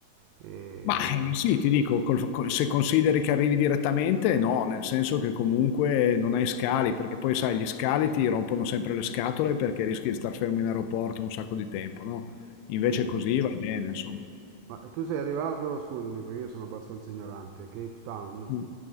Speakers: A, on the right (about 90°); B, on the left (about 85°).
A: E,
B: Ma eh, sì, ti dico, col- col- se consideri che arrivi direttamente, no, nel senso che comunque non hai scali, perché poi sai, gli scali ti rompono sempre le scatole perché rischi di star fermo in aeroporto un sacco di tempo, no? Invece
A: sì.
B: così va bene, insomma.
A: Ma tu sei arrivato, scusami perché io sono abbastanza ignorante, Cape Town?
B: Mm.